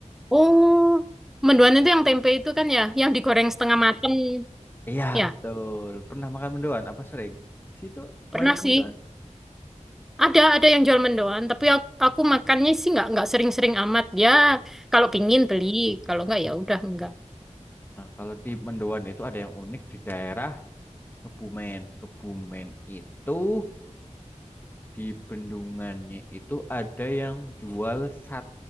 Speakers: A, in the centre; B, on the left.
A: Oh, mendoan itu yang tempe itu kan ya, yang digoreng setengah mateng.
B: Iya
A: Ya,
B: betul. Pernah makan mendoan? Apa sering? Di situ
A: pernah
B: banyak mendoan.
A: sih. Ada ada yang jual mendoan, tapi aku, aku makannya sih nggak nggak sering-sering amat. Ya, kalau pingin beli, kalau nggak ya udah nggak.
B: Nah, kalau di mendoan itu ada yang unik di daerah Kebumen. Kebumen itu di bendungannya itu ada yang jual sat